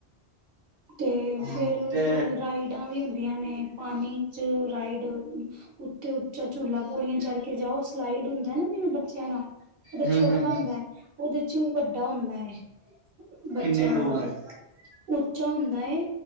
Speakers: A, on the right; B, on the right.
A: ਤੇ
B: ਹਾਂ
A: ਫੇਰ ਉਸ
B: ਤੇ
A: ਤੋਂ ਬਾਅਦ, ਰਾਈਡਾਂ ਵੀ ਹੁੰਦੀਆਂ ਨੇ। ਪਾਣੀ 'ਚ ਰਾਈਡ, ਉੱਤੇ ਝੂਲਾ ਪੋਲੀਆਂ ਚੜ੍ਹ ਕੇ ਜਾਓ ਸਲਾਈਡ ਹੁੰਦਾ ਨਾ, ਜਿਵੇਂ ਬੱਚਿਆਂ ਦਾ ਉਹਦੇ
B: ਹੂੰ
A: ਛੋਟਾ
B: ਹੂੰ
A: ਹੁੰਦਾ ਹੈ ਉਹਦੇ 'ਚ ਵੱਡਾ ਹੁੰਦਾ ਹੈ। ਬੱਚਿਆਂ
B: ਕਿੰਨੀ ਦੂਰ
A: ਦਾ,
B: ਹੈ
A: ਉੱਚਾ ਹੁੰਦਾ ਹੈ।